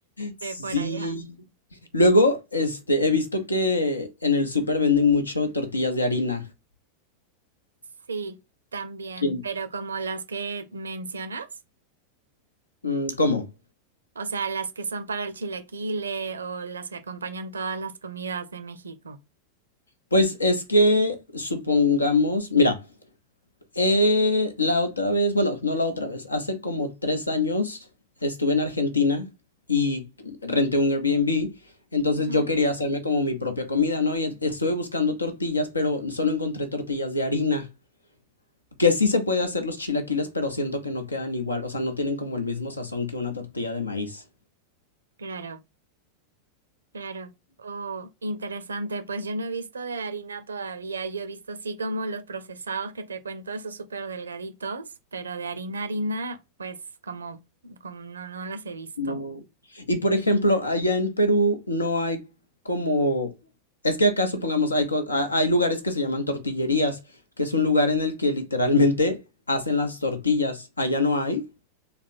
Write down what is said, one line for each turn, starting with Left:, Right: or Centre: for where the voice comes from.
Left: Sí.
Right: de por allá.
Left: Luego, este, he visto que en el súper venden mucho tortillas de harina.
Right: Sí, también,
Left: ¿Quién?
Right: pero como las que mencionas,
Left: Mm, ¿Cómo?
Right: o sea, las que son para el chilaquile o las que acompañan todas las comidas de México.
Left: Pues es que supongamos, mira, eh, la otra vez, bueno, no la otra vez, hace como tres años estuve en Argentina y renté un Airbnb, entonces
Right: Ujú.
Left: yo quería hacerme como mi propia comida, ¿no? Y e- estuve buscando tortillas, pero solo encontré tortillas de harina, que sí se puede hacer los chilaquiles, pero siento que no quedan igual, o sea, no tienen como el mismo sazón que una tortilla de maíz.
Right: Claro, claro. Oh, interesante. Pues yo no he visto de harina todavía. Yo he visto así como los procesados que te cuento, esos súper delgaditos, pero de harina, harina, pues como, como no, no las he visto.
Left: No. Y por ejemplo, allá en Perú no hay como... Es que acá supongamos, hay, co- ha- hay lugares que se llaman tortillerías, que es un lugar en el que literalmente hacen las tortillas. Allá no hay.